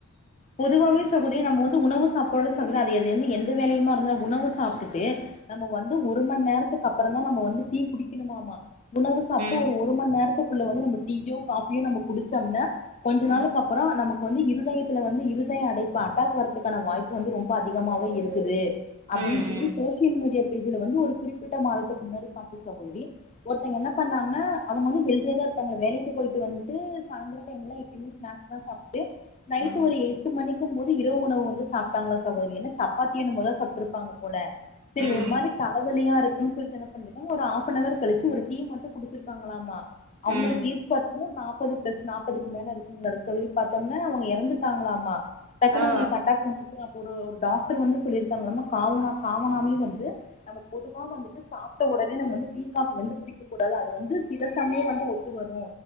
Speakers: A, on the left; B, on the right.
A: பொதுவாவே சகோத்ரி நம்ம வந்து உணவு சாப்பாடு சகுர அது எது வந்து எந்த வேலையுமா இருந்தா உணவு சாப்ட்டுட்டு நம்ம வந்து ஒரு மண் நேரத்துக்கு அப்புறம் தா நம்ம வந்து டீ குடிக்கணுமாமா உணவு சாப்ட்டு
B: ம்
A: ஒரு மண் நேரத்துக்குள்ள வந்து நம்ம டீயோ காபியோ நம்ம குடிச்சோம்னா கொஞ்ச
B: ம்
A: நாளுக்கு அப்பறோ நமக் வந்து இருதயத்துல வந்து இருதய அடைப்பு அட்டாக் வரதுக்கான வாய்ப்பு வந்து ரொம்ப அதிகமாவே இருக்குது அப்படின்னு
B: ம்
A: சொல்லி சோசியல் மீடியா பேஜ்ல வந்து ஒரு குறிப்பிட்ட மாதத்துக்கு முன்னாடி பாத்தே சகோதரி ஒருத்தவங்க என்ன பண்ணாங்கன்னா அவங்க வந்து ஹெல்தியா தா இருப்பாங்க வேலைக் க்கு போயிட்டு வந்ட்டு சாயந்தர டைம்ல எப்பயுமே ஸ்நாக்ஸ் தா சாப்ட்டு நைட்
B: ம்
A: ஒரு எட்டு மணிக்கூ போது இரவு உணவு வந்து சாப்பிட்டாங்களா சகோதரி என்னா சப்பாத்தியோ என்னமோ தா சாப்ட்டு இருப்பாங்க போல சரி
B: ம் ம்
A: ஒரு மாதிரி தலைவலியா இருக்குன்னு சொல்ட்டு என்ன பண்ணிருக்காங்க ஒரு ஹாப் ஆனவர் கழிச்சு ஒரு டீ மட்டூ குடிச்சிருக்காங்களாமா அவுங்களுக்கு
B: ம்
A: ஏஜ் பாத்தீங்கன்னா நாப்பது பிளஸ் நாப்பதுக்கு மேல இருக்குங்ளாட்டோ சகேதரி பாத்தோம்னா அவுங்க எறந்துட்டாங்களாமா பாத்தன்னா
B: ஆ
A: அவுங்களுக்கு அட்டாக் வந்து இருக்குங்க அப்ப ஒரு ஒரு டாக்டர் வந்து சொல்லியிருக்காங்கலாம காமனா காமனாமே வந்து நம்ம பொதுவா வந்துட்டு சாப்ட்ட உடனே நம்ம வந்து டீ காபி வந்து குடிக் கக் கூடாது அது வந்து சில சமயம் வந்து ஒத்து வரூ